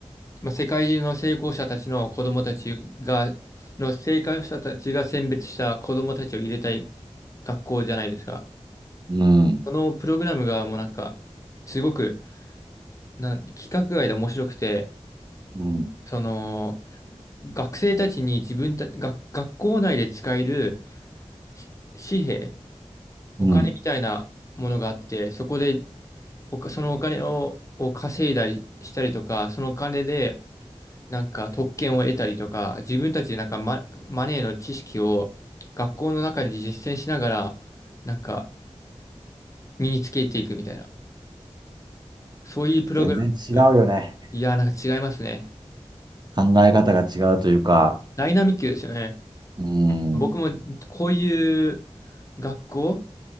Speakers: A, on the left (about 25°); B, on the right (about 40°).
A: まあ、世界中の成功者たちの子供たちが、の成功者たちが選別した子供たちを入れたい学校じゃないですか。
B: うん。
A: そのプログラムがもうなんか、すごく、なん、規格外で面白くて、
B: うん。
A: その、学生たちに自分た、学、学校内で使える、し紙幣、お金みたいなものがあって、
B: うん。
A: そこでおか、そのお金を、を稼いだりしたりとか、そのお金でなんか特権を得たりとか、自分たちでなんかマ、マネーの知識を学校の中で実践しながら、なんか身につけていくみたいな。そういうプログラム。
B: 全然違うよね。
A: いやー、なんか違いますね。
B: 考え方が違うというか、
A: ダイナミックですよね。
B: うん。
A: 僕もこういう学校、